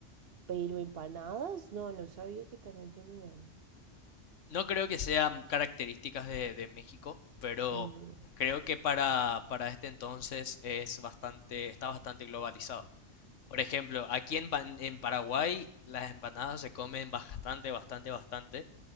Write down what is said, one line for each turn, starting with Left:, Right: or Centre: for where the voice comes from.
Right: pero empanadas, no, no sabía que también tenían.
Left: No creo que sean características de, de México, pero
Right: Ujú.
Left: creo que para, para este entonces es bastante, está bastante globalizado. Por ejemplo, aquí en, Pan- en Paraguay las empanadas se comen bastante, bastante, bastante.